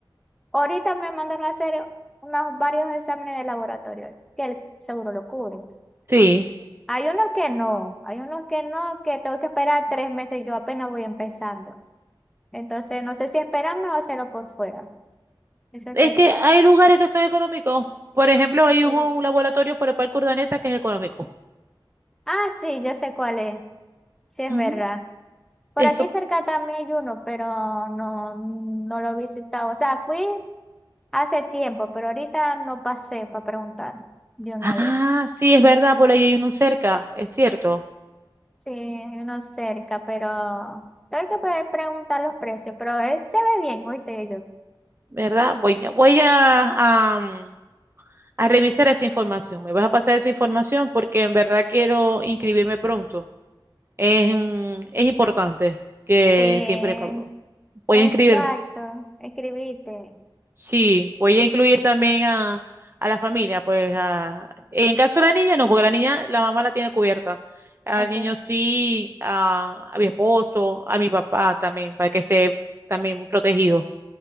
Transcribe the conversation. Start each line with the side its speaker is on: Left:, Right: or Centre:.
Centre: ahorita me mandaron a hacer unos varios exámenes de laboratorio, que el seguro lo cubre.
Right: Sí,
Centre: Hay unos que no, hay unos que no, que tengo que esperar tres meses, yo apenas voy empezando. Entonces, no sé si esperarme o hacerlo por fuera. Eso es
Right: es
Centre: que...
Right: que hay lugares que son económicos. Por ejemplo, hay
Centre: Sí.
Right: un, un laboratorio por el Parque Urdaneta que es económico.
Centre: Ah, sí, yo sé cuál es, sí es
Right: Ujú.
Centre: verdad. Por
Right: Eso.
Centre: aquí cerca también hay uno, pero no, no lo he visitado. O sea, fui hace tiempo, pero ahorita no pasé para preguntar de una
Right: Ah,
Centre: vez.
Right: sí, es verdad, por ahí hay uno cerca, es cierto,
Centre: Sí, hay uno cerca, pero tengo que poder preguntar los precios, pero él se ve bien, oíste yo.
Right: ¿verdad? Voy, a- voy a, a, mm, a revisar esa información. Me vas a pasar esa información porque en verdad quiero inscribirme pronto. Es, mm, es importante que,
Centre: Sí,
Right: que impre- Voy
Centre: exacto,
Right: a inscribir,
Centre: escribiste.
Right: sí, voy a incluir también a, a la familia, pues a, en caso de la niña no, porque la niña, la mamá la tiene cubierta. Al
Centre: Ok,
Right: niño sí, a, a mi esposo, a mi papá también, para que esté también protegido.